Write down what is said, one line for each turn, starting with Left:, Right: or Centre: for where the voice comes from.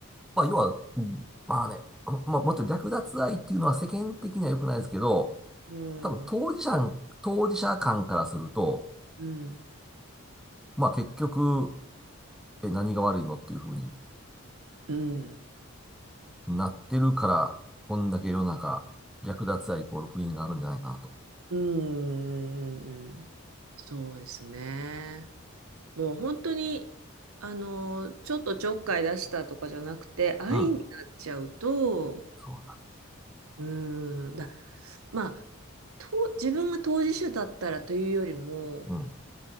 Centre: まあ、要は、うんまあね、まあ、もっと略奪愛っていうのは世間的には良くないですけど、
Right: うん。
Centre: 多分当事者、
Right: う
Centre: 当事者間からすると、
Right: ん。
Centre: まあ結局、え、何が悪いのっていうふうに
Right: うん。
Centre: なってるから、こんだけ世の中、略奪愛イコール不倫があるんじゃないかなと。
Right: うんうんうんうん。そうですね。もう本当に、あの、ちょっとちょっかい出したとかじゃなくて、愛になっちゃうと、
Centre: うん。そうな。
Right: うーん、だ、まあ、と、自分が当事者だったらというよりも、
Centre: うん。